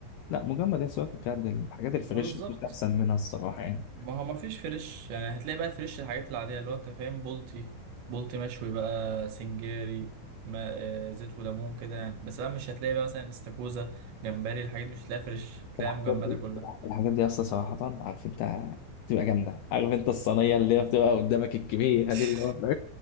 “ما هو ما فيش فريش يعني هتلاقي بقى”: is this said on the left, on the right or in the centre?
Right